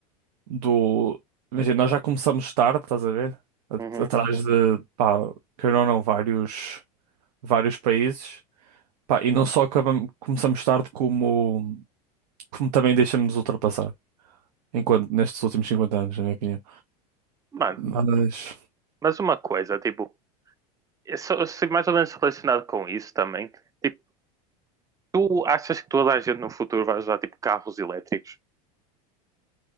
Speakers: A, on the right; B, on the right.
A: do. Imagina, nós já começamos tarde, estás a ver? A-
B: Uhum.
A: Atrás de, pá, querendo ou não, vários, vários países. Pá, e não só acabamos, começamos tarde, como, como também deixamos-nos ultrapassar. Enquanto, nestes últimos 50 anos, na minha opinião.
B: Mano,
A: Mas.
B: mas uma coisa, tipo, é só- eu mais ou menos relacionado com isso também. Tipo, tu achas que toda a gente no futuro vai usar tipo carros elétricos?